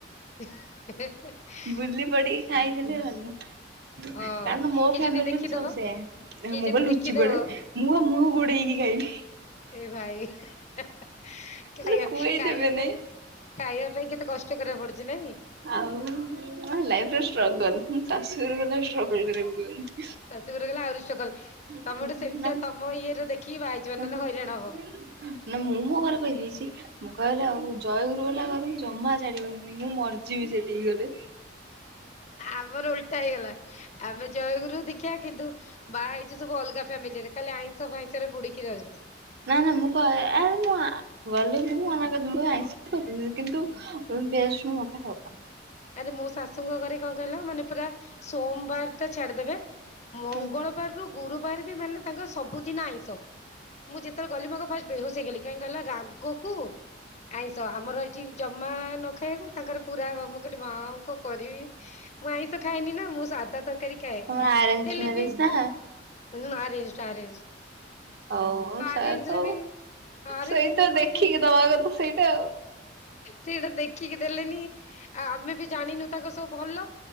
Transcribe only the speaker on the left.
<unintelligible>
ହଁ
କିଏ
ଯଦି ଦେଖିଦବ
କିଏ
ଯଦି
ଦେଖିଦବ
ଏ ଭାଇ। ଖାଇବା
ଖାଇବା ପାଇଁ
ଖାଇବା ପାଇଁ କେତେ କଷ୍ଟ କରିବାକୁ ପଡୁଛି ନାଇଁ।
ଶାଶୁଘର ଗଲେ ଆଉରି ଷ୍ଟ୍ରଗଲ
ତମେ ଗୋଟେ ସେମିତିଆ ତମ ଇଏରେ ଦେଖିକି ବାହା ହେଇଯିବ
ନହେଲେ ହଇରାଣ ହବ।
ଆମର ଓଲଟା ହେଇଗଲା ଆମେ ଜୟଗୁରୁ ଦିକ୍ଷା କିନ୍ତୁ ବାହା ହେଇଛି ସବୁ ଅଲଗା ଫ୍ୟାମିଲିରେ ଖାଲି ଆଇଁଷ ହିସାବରେ ବୁଡିକି ରହିବେ।
ଆରେ ମୋ ଶାଶୁଙ୍କ ଘରେ କଣ କହିଲ ମାନେ ପୁରା ସୋମବାର ଟା ଛାଡିଦେବେ
ମଙ୍ଗଳବାରରୁୁ ଗୁରୁବାର ବି ମାନେ ତାଙ୍କର ସବୁଦିନ ଆଇଁଷ। ମୁଁ ଯେତେବେଳେ ଗଲି ମୁଁ ଆଗ ଫାଷ୍ଟ ବେହୋସ ହେଇଗଲି କାହିଁ କହିଲ ରାଗକୁ ଆଇଷ ଆମର ଏଠି ଜମା ନ ଖାଇବାକୁ ତାଙ୍କର ପୁରା ମୁଁ କହିଲି ମା ମୁଁ କଣ କରିବି। ମୁଁ ଆଇଁଷ ଖାଏନି ନା ମୁଁ ସାଧା ତରକାରୀ ଖାଏ
ହେଲେ
ବି
ହଁ ଆରେଞଜ ଆରେଞଜ।
ଆରଞଜର
ବି ଆରଞଜ
ହେଲେ
କଣ
କି
ସେଇଟା ଦେଖିକି ଦେଲେନି ଆ ଆମେ ବି ଜାଣିନୁ ତାଙ୍କ ସବୁ ଭଲ